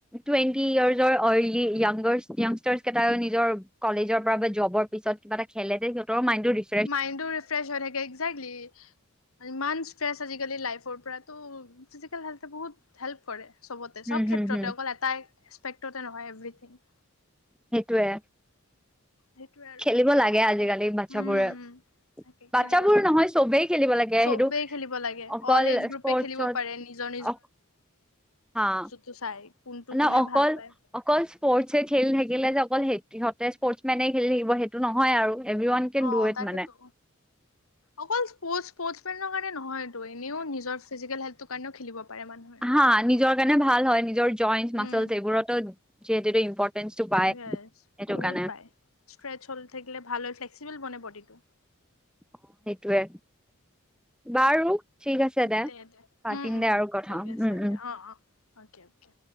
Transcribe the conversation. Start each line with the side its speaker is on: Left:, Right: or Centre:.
Centre: টুৱেন্টি ইয়াৰ্ছৰ আৰলি য়াংগাৰ্ছ য়াংষ্টাৰ্চ কেইটাইও নিজৰ কলেজৰ পৰা বা জবৰ পিছত কিবা এটা খেলে তে সিহতৰ মাইণ্ডটো ৰিফ
Left: মাইণ্ডটো ৰিফ্ৰেছ হৈ থাকে এক্জে্কলি ইমান ষ্ট্ৰেছ আজিকালি লাইফৰ পৰা তো ফিজিকেল হেল্থে বহুত হেল্প কৰে চবতে
Centre: হুম
Left: সব
Centre: হুম
Left: ক্ষেত্ৰতে
Centre: হুম।
Left: অকল এটাই এছপেক্টতে নহয় এভৰিথিং
Centre: সেইটোয়ে
Left: সেইটোয়ে আৰু
Centre: খেলিব
Left: এতিয়া
Centre: লাগে আজিকালি বাচ্ছাবোৰে
Left: উম তাকে
Centre: বাচ্ছাবোৰ
Left: খেলিব লাগে
Centre: নহয় চবেই খেলিব লাগে
Left: চবেই
Centre: সেইটো
Left: খেলিব লাগে
Centre: অকল
Left: অল এজ গ্ৰুপে
Centre: স্পৰ্টচত
Left: খেলিব পাৰে নিজৰ
Centre: অ হা
Left: টো চাই কোনটো
Centre: মানে
Left: কোনে
Centre: অকল
Left: ভাল পায়
Centre: অকল স্পৰ্টছে খেলি থাকিলে যে অকলহঁতে স্পৰ্টচ মেনে খেলি থাকিব সেইটো নহয় আৰু everyone can
Left: uh
Centre: do it
Left: তাকেতো
Centre: মানে
Left: অকল স্পট স্পৰ্ট মেনৰ কাৰণে নহয়তটো এনেওঁ নিজৰ ফিজিকেল হেল্থৰ কাৰণওঁ খেলিব পাৰে মানুহে
Centre: হা নিজৰ কাৰণে ভাল হয় নিজৰ জইন্টচ মাচলচ
Left: উম
Centre: এইবোৰতো যিহেতুটো ইম্পৰ্টে <unintelligible> পাই
Left: য়েছ
Centre: ব সেইটো
Left: বহুত
Centre: কাৰণে
Left: পায় ষ্ট্ৰেচ হলি থাকিলে ভাল হয় ফ্লেক্সিবল বনে বডিটো
Centre: অ সেইটোৱে বাৰু ঠিক আছে
Left: দে দে
Centre: পাতিম
Left: উম উম
Centre: দে আৰু কথা
Left: ঠিক
Centre: উম
Left: আছে দে
Centre: um
Left: uh uh okay okay